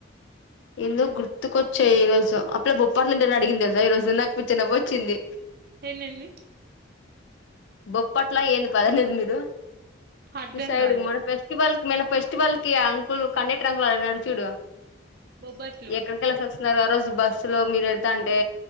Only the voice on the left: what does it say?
ఎందోగుర్తుకొచ్చాయి ఈ రోజు అప్పుడ బొప్పార్ నుంటే అడిగింది తెల్సా ఈ రోజు నాకు పిచ్చ నవ్వొచ్చింది.
బొప్పట్లా ఏంది పదనేదె లేదు
సైడ్
మన ఫెస్టివల్ ఏమైన ఫెస్టివల్ కి అంకులు కన్నేటి రంగు అయినాడు చూడు
ఎక్కడ కెల్లేసిసి వస్తున్నారు ఆ రోజు బస్సు లో మీరు వెళ్తాంటే